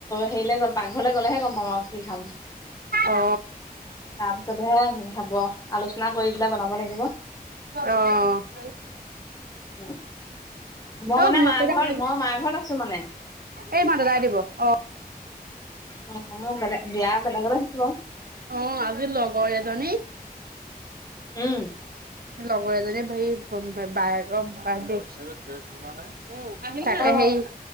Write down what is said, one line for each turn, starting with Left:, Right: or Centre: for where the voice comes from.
Left: হেৰিলে গ'ল পাকঘৰলৈ গ'লেহে গম পাম আৰু কি খাম।
Right: অ
Left: তাৰপিছতহে হব আলোচনা কৰি পেলাই জনাব লাগিব।
Right: অ
Left: অ মই
Right: অ
Left: মানে
Right: মোকো
Left: মাৰ
Right: লগাই
Left: ঘৰত মই মাৰ ঘৰত আছো মানে।
Right: এই মাদু দাই দিব অ।
Left: অ মই বেলেগ বিয়া বেলেগলে হৈছিলোং।
Right: অ আজি লগৰ এজনী।
Left: উম।
Right: লগৰ এজনী মোক বায়েকৰ বাৰ্থডে -
Left: অ
Right: তাকে সেই